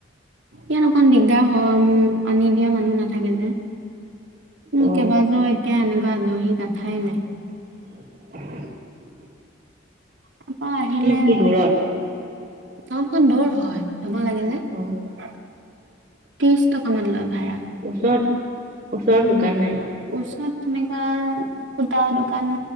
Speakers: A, on the right; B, on the right.
A: ইয়াত অকণ দিগদাৰ হয় মো আনি দিয়া মানুহ নাথাকে যে। উ
B: অ
A: কেইবাযোৰ একে আনিলো। আহ দহি গাঠাই নাই।
B: উম
A: তাৰ পৰা আহিলে।
B: কি দূৰত
A: টাউনখন দূৰ হয়। যাব লাগে যে,
B: অ'
A: ত্ৰিশ টকামান লৈ‌ ভাড়া।
B: ওচৰত ওচৰত দোকান নাই
A: ওচৰত তেনেকুৱা সূতা দোকান